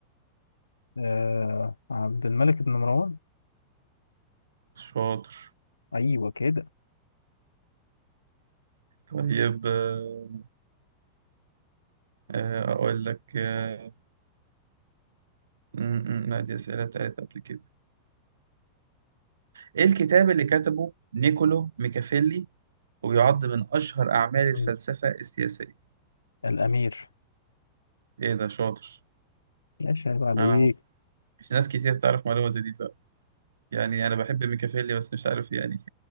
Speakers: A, on the left; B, on the right.
A: آه عبد الملك بن مروان
B: شاطر
A: أيوه كده
B: طيب آه، آه، أقول لك آه، م- م- ما دي أسئلة بتاعت قبل كده إيه الكتاب اللي كتبه نيكولو ميكافيلي ويعد من أشهر أعمال الفلسفة
A: أمم.
B: السياسية
A: الأمير
B: إيه ده شاطر
A: ماشي عيب عليك
B: أنا مش ناس كتير تعرف معلومة زي دي بقى يعني أنا بحب ميكافيلي بس مش عارف يعني <laughs>